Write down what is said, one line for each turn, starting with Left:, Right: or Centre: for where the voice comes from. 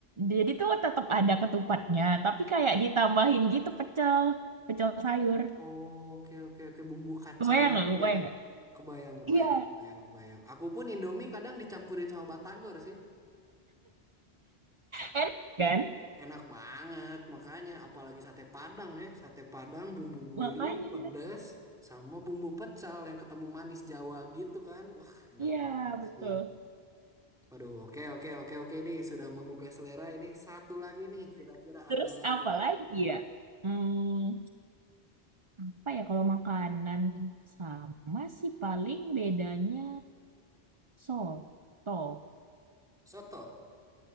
Right: jadi tuh tetap ada ketupatnya, tapi kayak ditambahin gitu pecel, pecel sayur.
Centre: Oh, Oke oke oke bumbu kacang
Right: Kebayang nggak?
Centre: gitu
Right: Kebayang
Centre: ya.
Right: nggak?
Centre: Kebayang kebayang
Right: Iya,
Centre: kebayang kebayang. Aku pun Indomie kadang dicampurin sama batagor sih.
Right: enak kan?
Centre: Enak banget makanya apalagi sate Padang ya. Sate Padang bumbu gurih,
Right: Makanya,
Centre: pedas sama bumbu pecal yang ketemu manis Jawa gitu kan. Wah, enak
Right: iya
Centre: banget
Right: betul.
Centre: sih. Waduh, oke oke oke oke ini sudah menggugah selera ini. Satu lagi nih kira-kira
Right: Terus
Centre: andalannya.
Right: apa lagi ya? Hmm, apa ya kalau makanan sama sih paling bedanya soto.
Centre: Soto.